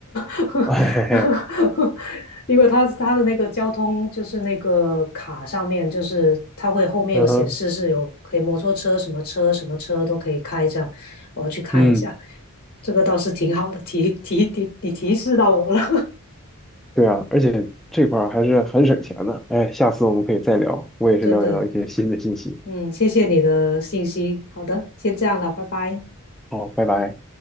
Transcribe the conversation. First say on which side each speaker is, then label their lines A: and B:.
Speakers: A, in the centre; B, on the left.
A: <laughs>
B: <laughs>
A: 嘿嘿嘿，
B: 因为它它的那个交通就是那个卡上面，就是它会后面有显示是有可以摩托车什么车什么车都可以开这样，
A: 嗯哼，
B: 我要去看一下。
A: 嗯。
B: 这个倒是挺好的，提提提你提示到我了，
A: 对啊，而且这块儿还是很省钱的。哎，下次我们可以再聊，
B: <laughs>
A: 我也是了解到一些新的信息。
B: 真的。嗯，谢谢你的信息。好的，先这样了，拜拜。
A: 好，拜拜。